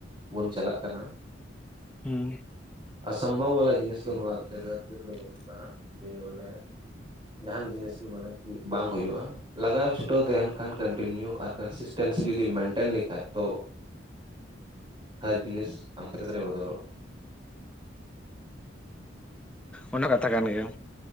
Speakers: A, on the right (about 25°); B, in the centre.
A: ᱵᱚᱱ ᱪᱟᱞᱟᱜ ᱠᱟᱱᱟ᱾
B: ᱦᱩᱸ
A: ᱚᱥᱚᱢ ᱵᱚ ᱵᱟᱞᱟ ᱡᱤᱱᱤᱥ ᱫᱚ ᱱᱚᱣᱟ ᱡᱟᱭ ᱪᱮᱫ ᱫᱚ ᱵᱟᱹᱱᱩᱜ ᱟᱠᱟᱫᱟᱼᱟ ᱡᱮ ᱵᱚᱞᱮ ᱡᱟᱦᱟᱱ ᱡᱤᱱᱤᱥ ᱜᱮ ᱢᱟᱱᱮ ᱠᱤ ᱵᱟᱝ ᱦᱩᱭᱩᱜᱼᱟ᱾ ᱞᱟᱜᱟᱣ ᱪᱷᱩᱴᱟᱹᱣ ᱛᱟᱦᱮᱸᱱ ᱠᱷᱟᱱ ᱠᱚᱱᱴᱤᱱᱤᱭᱩ ᱟᱨ ᱠᱚᱱᱥᱤᱥᱴᱮᱱᱥᱤ ᱡᱩᱫᱤᱢ ᱢᱮᱱᱴᱮᱱ ᱞᱮᱠᱷᱟᱡ ᱛᱚ ᱦᱟᱨ ᱡᱤᱱᱤᱥ ᱟᱢᱟᱜ ᱠᱷᱮᱛ ᱨᱮ ᱵᱚᱫᱚᱞ ᱚᱜ-ᱟ
B: ᱚᱱᱟ ᱠᱟᱛᱷᱟ ᱠᱟᱱ ᱜᱮᱭᱟ